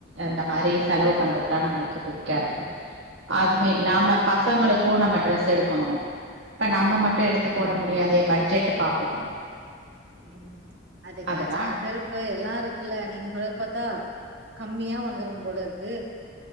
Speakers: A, on the right; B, on the right.
A: அந்த மாறி செலவு பண்றதுலா நம்மளுக்கு புடிக்காது அதுவு இல்லாம பசங்களுக்கு நம்ம ட்ரெஸ் எடுக்கணு இப்ப நம்ம மட்டு எடுத்து போட முடியாதே பட்ஜெட் பாக்கணு
B: உம் அதுக்கு
A: அதெல்லா
B: மேச்சீங்கா செருப்பு எல்லா இருக்குல்ல நீங்க சொல்றத பாத்தா கம்மியா வாங்கறம் போல இருக்கு